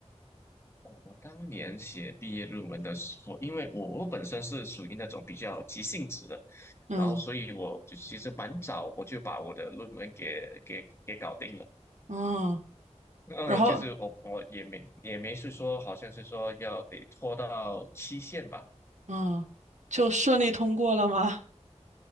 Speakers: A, on the left (about 20°); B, on the right (about 80°).
A: 我我当年写毕业论文的时候，因为我我本身是属于那种比较急性子的，
B: 嗯
A: 然后所以我就其实蛮早我就把我的论文给给给搞定了。
B: 嗯，
A: 呃，
B: 然后
A: 就是我我也没也没是说好像是说要得拖到期限吧，
B: 嗯，就顺利通过了吗？